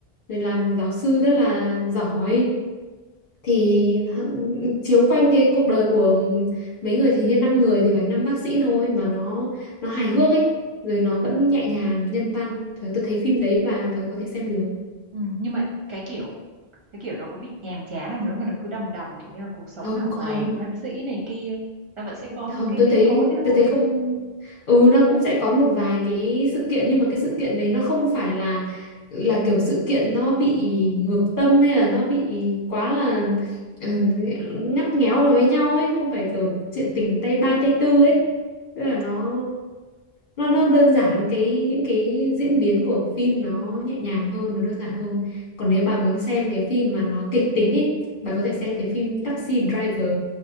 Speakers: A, on the left; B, on the right.
A: rồi làm giáo sư rất là giỏi thì h- chiếu quanh cái cuộc đời của mấy người thì như năm người thì phải năm bác sĩ thôi mà nó nó hài hước ấy rồi nó vẫn nhẹ nhàng nhân văn Trời, tôi thấy phim đấy bà bà có thể xem được
B: ừ, nhưng mà cái kiểu cái kiểu nó có bị nhàm chán không nữa mà nó cứ đầm đầm kiểu như là cuộc sống
A: không
B: hàng
A: không
B: ngày của bác sĩ này kia nó vẫn sẽ có
A: không
B: những cái
A: tôi
B: biến
A: thấy
B: cố chứ đúng
A: tôi
B: không
A: thấy không ừ nó cũng sẽ có một vài cái sự kiện nhưng mà cái sự kiện đấy nó không phải là là kiểu sự kiện nó bị ngược tâm hay là nó bị quá là ừ, ngắt nghéo vào với nhau ấy không phải kiểu chuyện tình tay ba tay tư ấy tức là nó nó nó đơn giản cái những cái diễn biến của phim nó nhẹ nhàng hơn nó đơn giản hơn còn nếu bà muốn xem cái phim mà nó kịch tính ấy bà có thể xem cái phim Taxi Driver